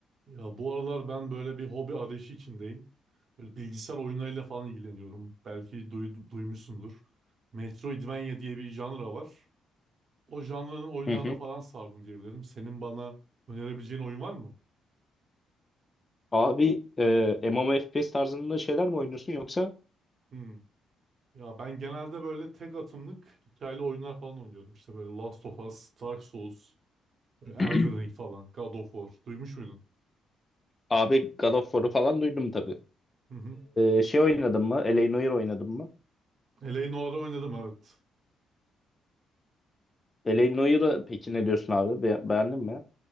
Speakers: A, on the right; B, on the left.
A: Ya bu aralar ben böyle bir hobi arayışı içindeyim. Böyle bilgisayar oyunlarıyla falan ilgileniyorum. Belki duy- duymuşsundur. Metroidvania diye bir janra var. O janranın oyunlarına
B: Hı hı.
A: falan sardım diyebilirim. Senin bana önerebileceğin oyun var mı?
B: Abi e, MMO FPS tarzında şeyler mi oynuyorsun yoksa
A: Hmm. Ya ben genelde böyle tek atımlık hikayeli oyunlar falan oynuyorum. İşte böyle Last of Us, Dark Souls, böyle Elden
B: <clears throat>
A: Ring falan, God of War. Duymuş muydun?
B: abi God of War'u falan duydum tabii.
A: Hı hı.
B: E, şey oynadın mı? L.A. Noire oynadın mı?
A: Eleanor'u oynadım evet.
B: L.A. Noire'ı peki ne diyorsun abi? Be- beğendin mi?